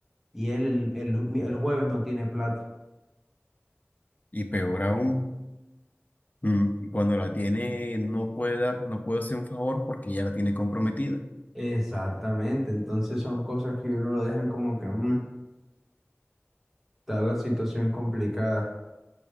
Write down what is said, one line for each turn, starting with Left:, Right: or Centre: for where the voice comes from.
Centre: y él el, el- el jueves no tiene plata.
Left: Y peor aún. Mm, y cuando la tiene, no puede dar, no puede hacer un favor porque ya la tiene comprometida.
Centre: Exactamente, entonces son cosas que uno lo dejan como que mm, está la situación complicada.